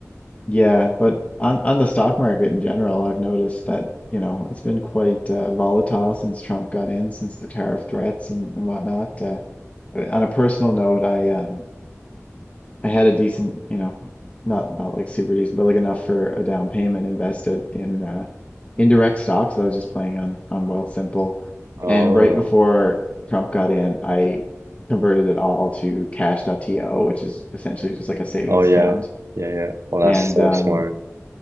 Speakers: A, on the left; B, on the right.
A: yeah, but on on the stock market in general, I've noticed that, you know, it's been quite uh, volatile since Trump got in, since the tariff threats and, and whatnot. Uh, on a personal note, I uh, I had a decent, you know, not not like super decent, but like enough for a down payment invested in uh indirect stocks. I was just playing on on Wealthsimple.
B: Oh,
A: And right before Trump got in, I converted it all to Cash. dot To which is essentially just like a savings
B: oh yeah,
A: account.
B: yeah, yeah. Well, that's
A: And
B: so
A: um
B: smart.